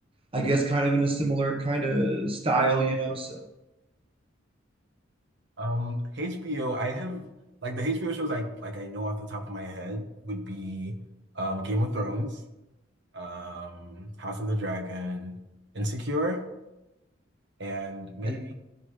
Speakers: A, on the right; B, on the right.
A: I guess kind of in a similar kind of style, you know. So
B: Um, HBO, I have like the HBO shows I like I know off the top of my head would be um Game of Thrones. um, House of the Dragon, Insecure, and maybe
A: yeah.